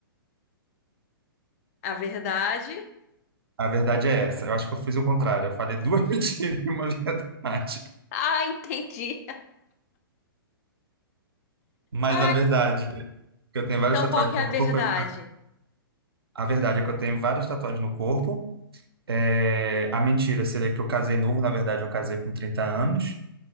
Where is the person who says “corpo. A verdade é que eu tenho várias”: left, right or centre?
Right